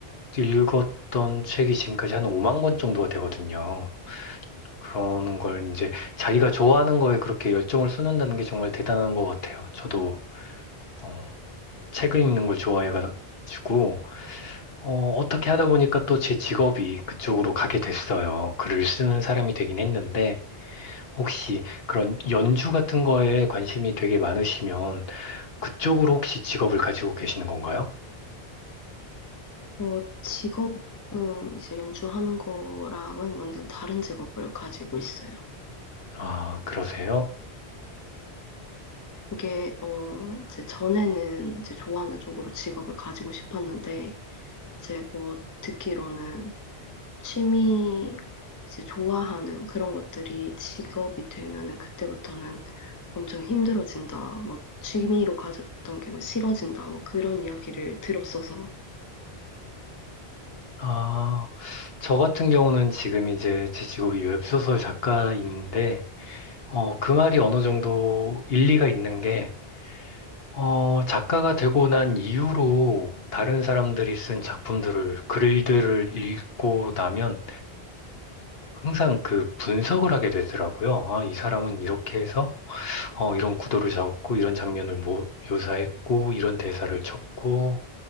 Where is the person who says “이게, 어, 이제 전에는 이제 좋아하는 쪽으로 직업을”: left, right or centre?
Left